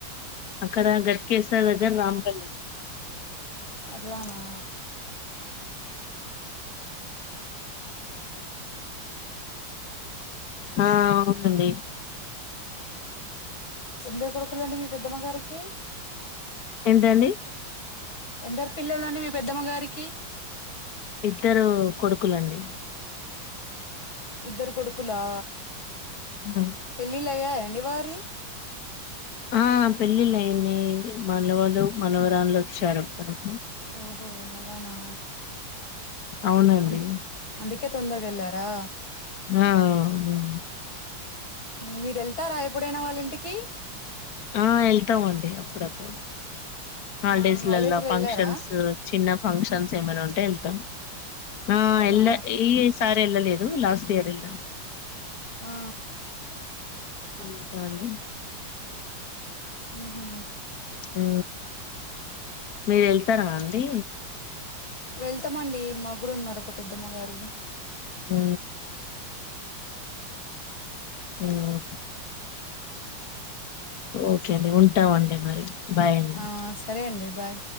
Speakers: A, on the left; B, on the left.
A: అక్కడ గట్కేశ్వర్ దగ్గర రాంపల్లి
B: అట్లానా
A: ఆ అవునండి.
B: ఎందరూ కొడుకులండి మీ పెద్దమ్మ గారికి
A: ఎంటండి
B: ఎందరు పిల్లలండీ మీ పెద్దమ్మ గారికి
A: ఇద్దరూ కొడుకులుండి.
B: ఇద్దరు కొడుకులా
A: అంతె
B: పెళ్ళిళ్ళుయ్యాయా అండి వారియి
A: ఆ పెళ్ళిళ్ళైనాయి మలవలు మనవరాళ్లు ఒచ్చారు తనకి
B: ఓహో అలానా
A: అవునండి
B: అంన్ అందుకే తొందర్గా ఎళ్లారా
A: ఆ అవును
B: మీరు ఎళ్తారా ఎప్పుడైనా వాళ్ళ ఇంటికి
A: ఆ ఎళ్తామండి అప్పుడప్పుడు హాల్డేస్లలా
B: ఆ! హాలిడేస్‌లో
A: ఫంక్షన్స్
B: ఎళ్లారా?
A: చిన్న ఫంక్షన్స్ ఎమేనా ఉంటే ఏళ్తాం ఆ
B: అవునా?
A: ఎళ్ళ ఈ ఎస్ సార్ ఎళ్ళలేదు లాస్ట్ ఇయర్ ఎల్నా
B: ఆ
A: ఉ చాల్లే
B: ఉహు
A: ఊ మీరు ఎళ్తారా అండి
B: వెళ్తామండీ మా గుడున్నారు ఒక పెద్దమ్మ గారు
A: అ ఓహో ఓకే అండి ఉంటవండి మరి. బాయ్ అండి
B: ఆ సరే అండి బాయ్